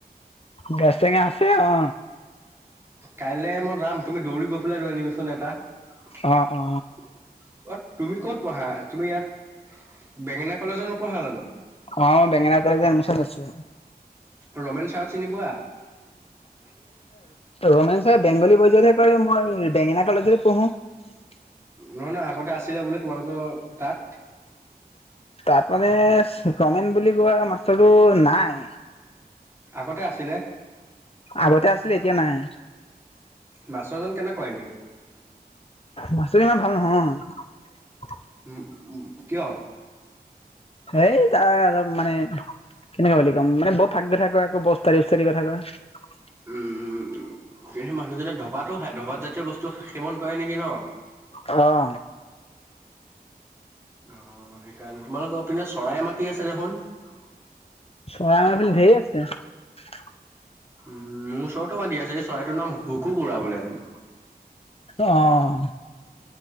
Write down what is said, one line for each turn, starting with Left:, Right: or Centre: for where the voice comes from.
Left: গাছ টেঙা আছে অ
Right: কাইলৈ মই যাম তুমি দৌৰি গৈ পেলাই লৈ আনিবিচোন এটা <unintelligible>
Left: অ অ
Right: অ তুমি ক'ত পঢ়া তুমি ইয়াত বেঙেনা কলেজত নপঢ়া জানো
Left: অই বেঙেনা কলেজত এডমিছন লৈছো অ <unintelligible>
Right: ৰমেন চাৰক চিনি পোৱা <unintelligible>
Left: ৰমেন চাই বেংগলী বজতহে কৰে মই বেঙেনা কলেজলৈ পঢ়ো <unintelligible>
Right: নহয় নহয় আগতে আছিলে বোলো তোমালোকৰ তাত <unintelligible>
Left: তাত মানে গমেন বুলি কোৱা মাষ্টাৰটো নাই
Right: আগতে আছিলে
Left: আগতে আছিলে এতিয়া নাই
Right: মাষ্টৰজন কেনেকুৱা এনেই
Left: মাষ্টৰজন ভাল নহয় ইমান <unintelligible>
Right: উম উ কিয়
Left: সেই তাৰ অলপ মানে কেনেকুৱা বুলি কম মানে বৰ ফাক কথা ক <unintelligible> বস্তাৰি বস্তাৰি কথা কয় <unintelligible>
Right: উম উম উম সেই মানুহজনে ধবাতো খায় ধবাত জাতীয় বস্তু সেৱন কৰে নেকি ন <unintelligible>
Left: অ
Right: অ সেইকাৰণে তোমালোকৰ পিনে চৰাই মাতি আছে দেখোন <unintelligible>
Left: চৰাই ধেই আছে <unintelligible>
Right: উম মোৰ ওচৰতটো মানতি আছে এই চৰাইটোৰ নাম হুকু খুৰা বোলে <unintelligible>
Left: আহ